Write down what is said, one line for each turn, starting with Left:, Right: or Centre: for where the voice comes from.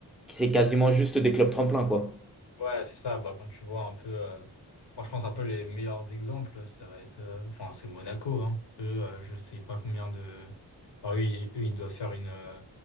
Centre: c'est quasiment juste des clubs tremplins quoi.
Left: Ouais, c'est ça. Bah, quand tu vois un peu, euh, franchement, c'est un peu les meilleurs exemples. Ça va être, euh, enfin, c'est Monaco, hein. Eux, euh, je sais pas combien de. Enfin, oui, eux, ils doivent faire une, euh,